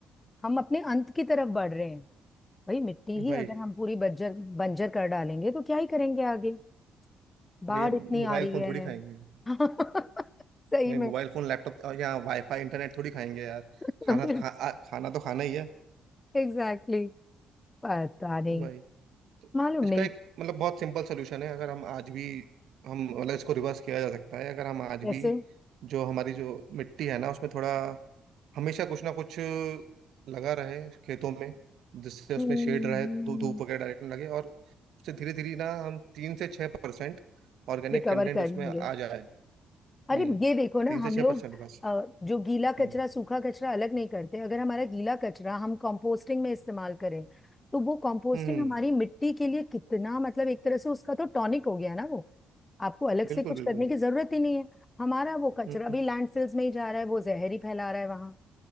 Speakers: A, on the left; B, on the right.
A: हम अपने अंत की तरफ बढ़ रहे हैं भाई मिट्टी
B: वही
A: ही अगर हम पूरी बंजर बंजर कर डालेंगे तो क्या ही करेंगे आगे बाढ़
B: वही अब
A: इतनी
B: मोबाइल
A: आ रही
B: फोन
A: है
B: थोड़ी खाएंगे
A: <laughs> सही
B: वही
A: में
B: मोबाइल फोन लैपटॉप या वाईफाई इंटरनेट थोड़ी खाएंगे यार
A: <laughs>
B: खाना तो खा, आ, खाना तो खाना ही है
A: एग्जैक्टली पता नहीं
B: वही
A: मालूम
B: इसका
A: नहीं
B: एक मतलब बहुत सिंपल सोल्यूशन है अगर हम आज भी हम मतलब इसको रिवर्स किया जा सकता है अगर हम आज
A: कैसे
B: भी जो हमारी जो मिट्टी है ना उसमें थोड़ा हमेशा कुछ ना कुछ लगा रहे खेतों में जिससे उसमें
A: हम्म
B: शेड रहे धू- धूप वगैरह डायरेक्ट ना लगे और उससे धीरे धीरे ना हम तीन से छः परसेंट ऑर्गेनिक
A: रिकवर
B: कंटेंट
A: कर
B: उसमें
A: लेंगे
B: आ जाए हम्म
A: अरे ये देखो ना
B: तीन से
A: हम
B: छः
A: लोग
B: परसेंट बस
A: अ, जो गीला
B: हम्म
A: कचरा सूखा कचरा अलग नहीं करते अगर हमारा गीला कचरा हम कंपोस्टिंग में इस्तेमाल करें तो वो कंपोस्टिंग
B: हम्म
A: हमारी मिट्टी के लिए कितना मतलब एक तरह से उसका तो टॉनिक हो गया ना वो आपको अलग से
B: बिल्कुल
A: कुछ
B: बिल्कुल
A: करने की जरूरत ही नहीं है हमारा वो कचरा
B: हम्म
A: भी लैंडफिल्स में ही जा रहा है वो जहर ही फैला रहा है वहां